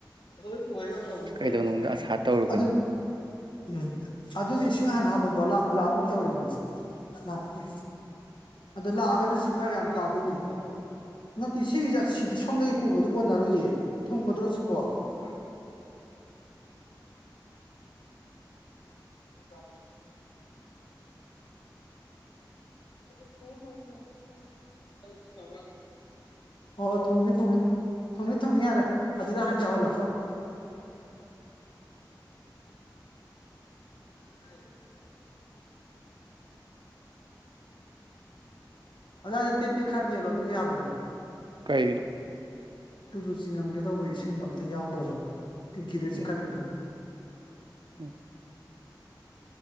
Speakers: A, on the left; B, on the right.
A: ꯑꯗꯨ ꯀꯣꯏꯔ ꯇꯧꯥꯏ
B: ꯀꯩꯗꯧꯅꯨꯡꯗ ꯑꯁꯥ ꯇꯧꯔꯨꯒꯅꯣꯅ
A: ꯑꯗꯨ ꯎꯝ ꯑꯗꯨꯗꯤ ꯏꯁꯤꯡ ꯍꯥꯟꯅ ꯍꯥꯞꯄꯕ ꯂꯥꯛꯄ ꯂꯥꯛꯄꯒꯨꯝ ꯇꯧꯔꯦꯅꯦ ꯂꯥꯛꯇꯦ ꯑꯗꯣ ꯂꯥꯛꯑꯒꯗꯤ ꯁꯤ ꯈꯔ ꯌꯥꯝ ꯇꯥꯗꯣꯏꯅꯦ ꯅꯠꯇꯦ ꯁꯤꯒꯤꯁꯦ ꯁꯤꯗꯤ ꯁꯣꯝꯗꯒꯤ ꯄꯨꯕꯗꯨ ꯀꯣꯟꯅꯔꯨꯏꯌꯦ ꯊꯨꯡꯒꯗ꯭ꯔꯣ ꯁꯤꯕꯣ ꯁ ꯁꯥꯥ ꯀ <inaudible> ꯑꯣꯣꯏ ꯊꯣꯡꯅꯤ ꯊꯨꯡꯅꯤ ꯊꯣꯡꯅꯤ ꯊꯨꯡꯅꯤ ꯌꯥꯔꯦ ꯑꯗꯨꯗ ꯍꯥꯟ ꯌꯧꯍꯜꯂꯛꯀꯣ <inaudible> ꯀꯥꯟꯁꯔ ꯂꯩꯅ ꯂꯁꯤꯗ ꯑꯗꯨꯖꯥꯏꯗ ꯇ ꯄꯦꯠꯦꯛ ꯈꯔ ꯃꯦꯜꯠꯂꯣ ꯑꯗꯨ ꯌꯥꯕꯅꯦ
B: ꯀꯩꯒꯤꯅꯨ
A: ꯇꯨꯂꯨ ꯆꯤꯡꯉꯝꯒꯦ ꯇꯧꯕ ꯏꯁꯤꯡꯗꯣ ꯑꯝꯇ ꯌꯥꯎꯗ꯭ꯔꯕ ꯇꯤꯡꯀꯤꯗ ꯆꯤꯡꯈꯠꯄꯗꯣ
B: ꯎꯝ ꯎꯝ